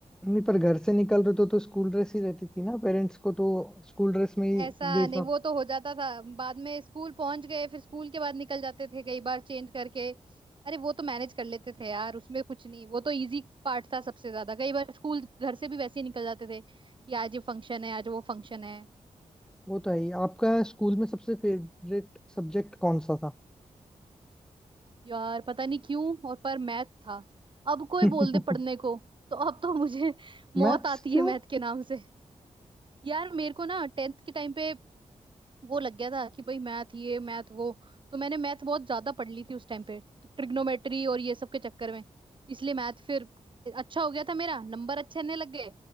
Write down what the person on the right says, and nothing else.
ऐसा
नहीं वो तो हो जाता था बाद में स्कूल पहुंच गए फिर स्कूल के बाद निकल जाते थे कई बार चेंज करके अरे वो तो मैनेज कर लेते थे यार उसमें कुछ नहीं वो तो इजी पार्ट था सबसे ज्यादा कई बार स्कूल घर से भी वैसे ही निकल जाते थे कि आज ये फंक्शन है आज वो फंक्शन है
यार पता नहीं क्यों और पर मैथ था अब कोई
बोल दे पढ़ने को तो अब तो मुझे <laughs> मौत
आती
है मैथ के नाम से यार मेरे को ना टेंथ के टाइम पे वो लग गया था कि भाई मैथ ये मैथ वो तो मैंने मैथ बहुत ज्यादा पढ़ ली थी उस टाइम पे तो ट्रिग्नोमेट्री और ये सब के चक्कर में इसलिए मैथ फिर अच्छा हो गया था मेरा नंबर अच्छे आने लग गए